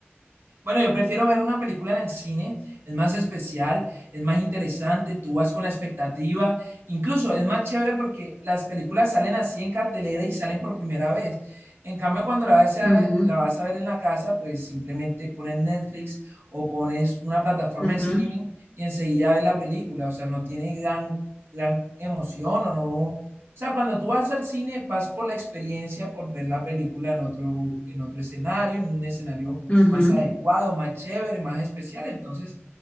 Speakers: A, on the right; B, on the left.
A: Bueno, yo prefiero ver una película en el cine, es más especial, es más interesante, tú vas con la expectativa, incluso es más chévere porque las películas salen así en cartelera y salen por primera vez. En cambio, cuando la vas a,
B: Ujú,
A: la vas a ver en la casa, pues simplemente pones Netflix o pones una plataforma
B: ujú,
A: de streaming y enseguida ves la película, o sea, no tiene gran, gran emoción o no. O sea, cuando tú vas al cine, vas por la experiencia, por ver la película en otro, en otro escenario, en un escenario
B: ujú.
A: más adecuado, más chévere, más especial. Entonces,